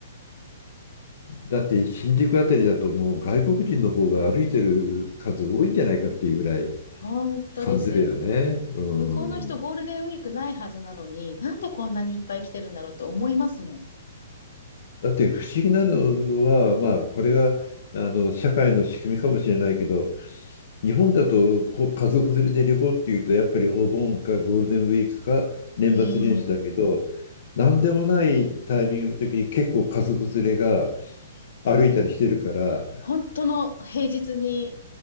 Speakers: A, on the left; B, on the left.
A: だって新宿あたりだともう外国人の方が歩いてる数多いんじゃないかっていうぐらい
B: 本当です。
A: 感じるよね。うん。
B: 向こうの人ゴールデンウィークないはずなのに、なんでこんなにいっぱい来てるんだろうって思いますもん。
A: だって不思議なのは、まあこれがあの社会の仕組みかもしれないけど、日本だとこ家族連れで旅行っていうとやっぱりお盆かゴールデンウィークか年末年始だけど、
B: うーん。
A: なんでもないタイミングの時に結構家族連れが歩いたりしてるから、
B: 本当の平日に